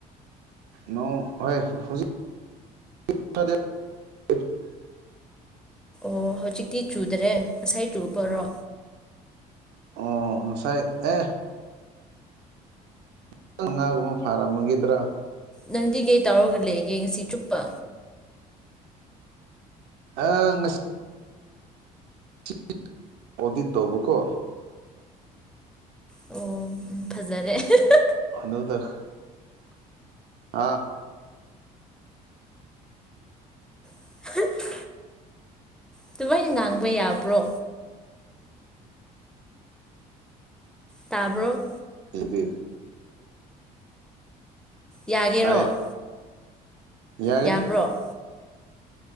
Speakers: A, on the right; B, in the centre.
A: ꯅ ꯍꯖꯤ <unintelligible>
B: ꯑꯣ ꯍꯧꯖꯤꯛꯇꯤ ꯆꯨꯗ꯭ꯔꯦ ꯉꯁꯥꯏ ꯆꯨꯕꯔꯣ
A: ꯑꯣ ꯉꯁꯥꯏ ꯑꯦ <unintelligible> ꯉꯥꯒꯨꯝꯕ ꯐꯥꯔꯝꯃꯒꯗ꯭ꯔꯥ
B: ꯅꯪꯗꯤ ꯀꯩ ꯇꯧꯔꯒ ꯂꯩꯒꯦ ꯉꯁꯤ ꯆꯨꯞꯄ
A: ꯑ ꯉꯁꯤ <unintelligible> ꯀꯣꯚꯤꯠ ꯇꯧꯕꯀꯣ
B: ꯑꯣ ꯎꯝ ꯐꯖꯔꯦ <unintelligible>
A: <unintelligible> ꯍꯥꯥ
B: <unintelligible> ꯑꯗꯨꯃꯥꯏꯅ ꯉꯥꯡꯕ ꯌꯥꯕ꯭ꯔꯣ ꯇꯥꯕ꯭ꯔꯣ
A: ꯑꯦꯕꯤ
B: ꯌꯥꯒꯦꯔꯣ
A: ꯇꯥꯏ ꯌꯥꯒꯅꯤ
B: ꯌꯥꯕ꯭ꯔꯣ